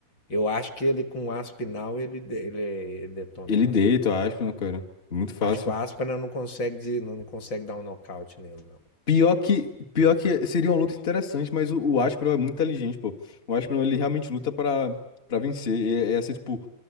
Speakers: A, on the left; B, on the left.
A: Eu acho que ele com o Aspinal, ele, de- ele, ele detona
B: Ele
A: o Aspinal.
B: deita o Aspinall, cara. Muito fácil.
A: Acho que o Aspinal não consegue, de- não não consegue dar um nocaute nele, não.
B: Pior que, pior que seria uma luta interessante, mas o, o Aspinall é muito inteligente, pô. O Aspinall, ele realmente luta pra, pra vencer. E, é assim, tipo,